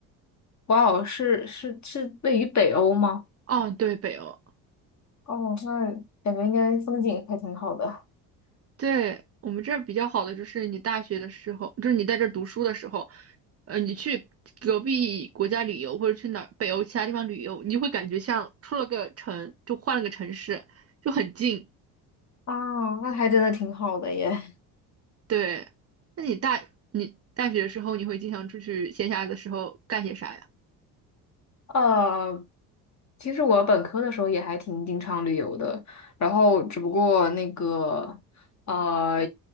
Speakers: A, on the left (about 35°); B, on the right (about 30°).
A: 哇哦，是是是位于北欧吗？
B: 哦，对，北欧，
A: 哦，那感觉应该风景还挺好的。
B: 对，我们这儿比较好的就是你大学的时候，就是你在这儿读书的时候，呃，你去隔壁国家旅游或者去哪儿北欧其他地方旅游，你就会感觉像出了个城，就换了个城市，就很近。
A: 啊，那还真的挺好的耶。
B: 对，那你大你大学的时候，你会经常出去闲暇的时候干些啥呀？
A: 呃，其实我本科的时候也还挺经常旅游的，然后只不过那个，呃，